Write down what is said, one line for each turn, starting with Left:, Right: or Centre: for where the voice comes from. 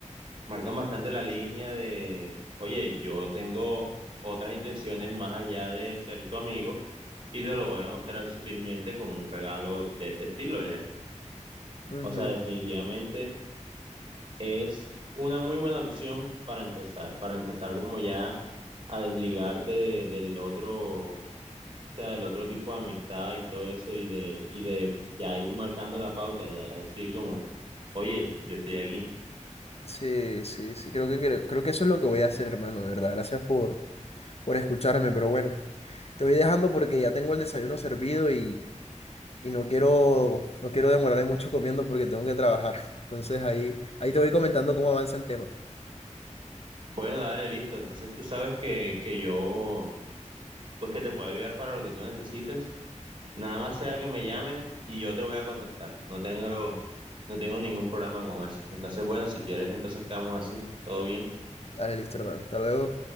Right: marcan bastante la línea de, oye, yo tengo otras intenciones más allá de ser tu amigo y te lo voy a mostrar sutilmente con un regalo de este estilo ya.
Left: Ujú.
Right: O sea, definitivamente es una muy buena opción para empezar, para empezar como ya a desligarte de- del otro, o sea, del otro tipo de amistad y todo eso y de, y de ya ir marcando la pauta, ya decir como, oye, yo estoy aquí.
Left: Sí, sí, sí, creo que, creo, creo que eso es lo que voy a hacer, hermano, de verdad. Gracias por, por escucharme, pero bueno, te voy dejando porque ya tengo el desayuno servido y, y no quiero, no quiero demorarme mucho comiendo porque tengo que trabajar. Entonces ahí, ahí te voy comentando cómo avanza el tema.
Right: Bueno, dale, listo. Entonces tú sabes que, que yo pues que te pueda ayudar para lo que tú necesites. Nada más sea que me llames y yo te voy a contestar. No tengo, no tengo ningún problema con eso. Entonces, bueno, si quieres, entonces quedamos así. Todo bien.
Left: Dale, listo, hermano. Hasta luego.